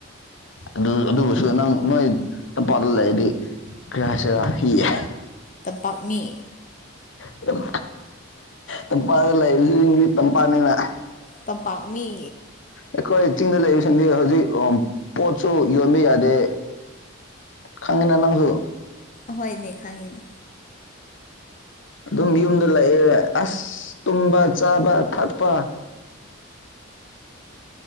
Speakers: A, on the left; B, on the left.
A: ꯑꯗꯨ ꯑꯗꯨꯕꯨꯁꯨ ꯅꯪ ꯅꯣꯏ ꯇꯝꯄꯥꯛꯗ ꯂꯩꯔꯗꯤ ꯀꯔꯤ ꯍꯥꯏꯁꯤꯔꯥ ꯍꯤꯌꯦ
B: ꯇꯝꯄꯥꯛ ꯃꯤ
A: ꯑꯗꯨꯝ ꯇꯝꯄꯥꯛꯗ ꯂꯩꯕꯖꯤꯡꯗꯤ ꯇꯝꯄꯥꯛꯅꯤꯅ
B: ꯇꯝꯄꯥꯛ ꯃꯤ
A: ꯑꯩꯈꯣꯏ ꯆꯤꯡꯗ ꯂꯩꯕꯁꯤꯡꯗꯤ ꯍꯧꯖꯤꯛ ꯑꫭꯝ ꯄꯣꯠꯁꯨ ꯌꯣꯟꯕ ꯌꯥꯗꯦ꯫ ꯈꯪꯏꯅ ꯅꯪꯁꯨ꯫
B: ꯑꯍꯣꯏꯅꯦ ꯈꯪꯉꯤꯅꯦ꯫
A: ꯑꯗꯨꯝ ꯌꯨꯝꯗ ꯂꯥꯩꯑꯦ ꯑꯁ ꯇꯨꯝꯕ ꯆꯥꯕ ꯊꯛꯄ꯫